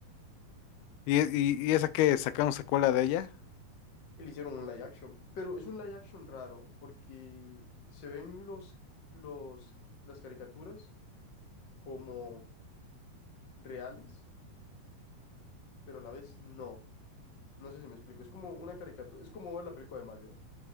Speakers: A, on the left; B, on the left.
A: ¿Y, y, y esa que sacaron secuela de ella?
B: Y le hicieron un live action, pero es un live action raro porque se ven los, los, las caricaturas como reales, pero a la vez no. No sé si me explico. Es como una caricatura, es como ver la película de Mario,